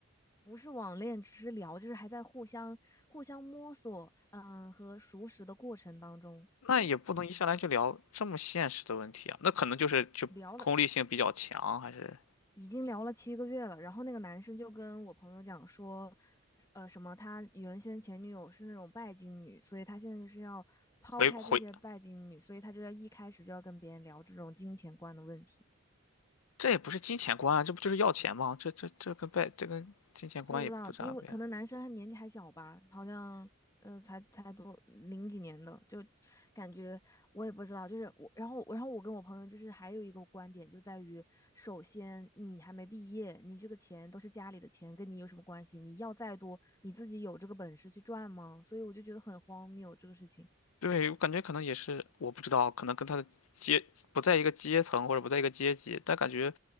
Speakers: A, on the left; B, on the left.
A: 不是网恋，只是聊，就是还在互相互相摸索，嗯，和熟识的过程当中，
B: 那也不能一上来就聊这么现实的问题啊。那可能就是就功利性比较强，
A: 聊了
B: 还是
A: 已经聊了七个月了。然后那个男生就跟我朋友讲说，呃，什么他原先前女友是那种拜金女，所以他现在就是要抛开这些拜金女，
B: 回回
A: 所以他就要一开始就要跟别人聊这种金钱观的问题。
B: 这也不是金钱观啊，这不就是要钱吗？这这这跟拜这跟金钱观也不沾边。
A: 不知道，因为可能男生还年纪还小吧，好像呃才才多零几年的，就感觉我也不知道。就是我，然后然后我跟我朋友就是还有一个观点就在于，首先你还没毕业，你这个钱都是家里的钱，跟你有什么关系？你要再多，你自己有这个本事去赚吗？所以我就觉得很荒谬这个事情。
B: 对，我感觉可能也是，我不知道，可能跟他的阶不在一个阶层或者不在一个阶级，但感觉